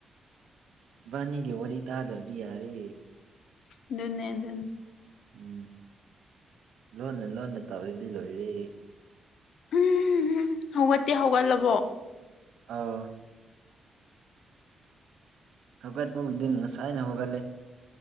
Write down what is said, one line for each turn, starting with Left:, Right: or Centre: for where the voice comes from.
Right: ꯏꯕꯅꯤꯒꯤ ꯋꯥꯔꯤ ꯇꯥꯗ꯭ꯔꯗꯤ ꯌꯥꯔꯦ꯫
Left: ꯑꯗꯨꯅꯦ ꯑꯗꯨꯅꯦ꯫
Right: ꯎꯝ ꯂꯣꯟꯅ ꯂꯣꯟꯅ ꯇꯧꯔꯤꯗꯤ ꯂꯣꯏꯔꯦ꯫
Left: ꯎꯝ ꯍꯧꯒꯠꯇꯦ ꯍꯧꯒꯠꯂꯕꯣ꯫
Right: ꯑꯧ ꯍꯧꯒꯠꯄꯕꯨꯗꯤ ꯉꯁꯥꯏꯅ ꯍꯧꯒꯠꯂꯦ꯫